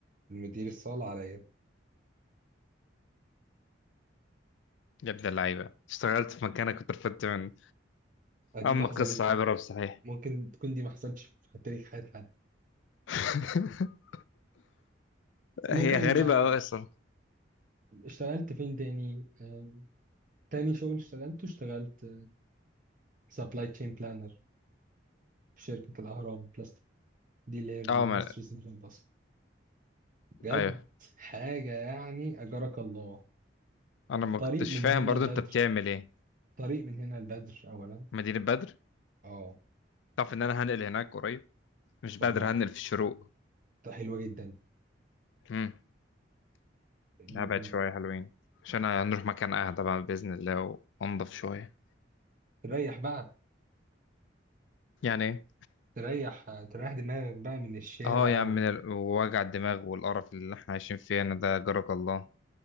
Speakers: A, on the right; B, on the left.
A: المدير الصالة عليا
B: يا ابن اللعيبة اشتغلت في مكانك كنت رفدت من
A: آه، دي
B: اما
A: ما حصلتش
B: قصة عبرة
A: مم-
B: بصحيح
A: ممكن تكون دي ما حصلتش في تاريخ حياة حد
B: <laughs>
A: ممكن
B: هي غريبة
A: آه،
B: أوي أصلا
A: اشتغلت فين تاني آه، تاني شغل اشتغلته اشتغلت سبلاي تشين بلانر في شركة الأهرام بلاست دي اللي هي المصري
B: اه ما...
A: سيتي باص بجد
B: ايوه
A: حاجة يعني أجرك الله
B: انا ما
A: طريق
B: كنتش
A: من
B: فاهم
A: هنا
B: برضو
A: البدر
B: انت بتعمل ايه
A: طريق من هنا البدر أولا
B: مدينة بدر
A: اه
B: تعرف ان انا هنقل هناك قريب مش بدر
A: طب ما
B: هنقل في الشروق
A: طب حلوة جدا
B: امم
A: م-
B: هبعد
A: م-
B: شوية حلوين عشان هنروح مكان اهدى بعد بإذن الله وانضف شوية
A: تريح بقى
B: يعني إيه؟
A: تريح تريح دماغك بقى من الشارع
B: اه يا
A: و...
B: عم من ال- وجع الدماغ والقرف اللي احنا عايشين فيه انا ده جارك الله